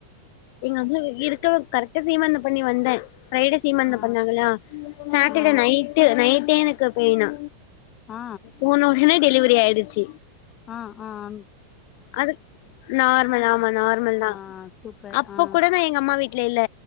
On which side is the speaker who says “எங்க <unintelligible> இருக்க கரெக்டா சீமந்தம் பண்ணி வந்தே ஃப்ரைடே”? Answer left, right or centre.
Left